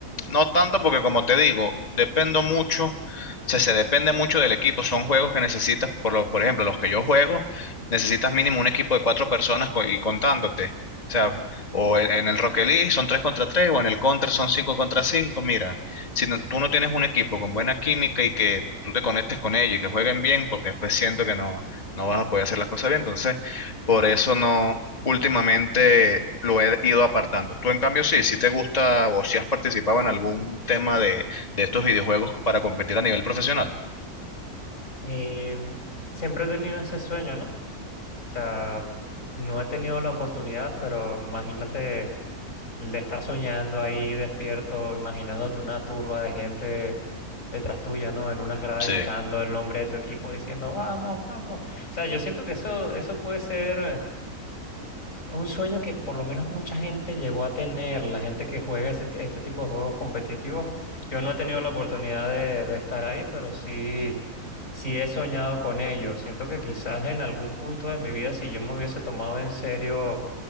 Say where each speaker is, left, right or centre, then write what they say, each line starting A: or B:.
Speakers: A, on the left; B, on the left.
A: No tanto porque como te digo, dependo mucho, o sea, se depende mucho del equipo. Son juegos que necesitas, por, lo- por ejemplo, los que yo juego, necesitas mínimo un equipo de cuatro personas co- y contándote. O sea, o en, en el Rocket League son tres contra tres, o en el Counter son cinco contra cinco. Mira, si no- tú no tienes un equipo con buena química y que tú te conectes con ellos y que jueguen bien, porque después siento que no, no vas a poder hacer las cosas bien. Entonces, por eso no últimamente lo he ido apartando. Tú, en cambio, sí, si te gusta o si has participado en algún tema de, de estos videojuegos para competir a nivel profesional.
B: Em, siempre he tenido ese sueño, ¿no? O sea, no he tenido la oportunidad, pero imagínate el de estar soñando ahí despierto, imaginándote una turba de gente detrás tuya, ¿no? En unas gradas
A: Sí,
B: gritando el nombre de tu equipo, diciendo, vamos, vamos. O sea, yo siento que eso, eso puede ser un sueño que por lo menos mucha gente llegó a tener, la gente que juega ese- este tipo de juegos competitivos. Yo no he tenido la oportunidad de, de estar ahí, pero sí, sí he soñado con ello. Siento que quizás en algún punto de mi vida, si yo me hubiese tomado en serio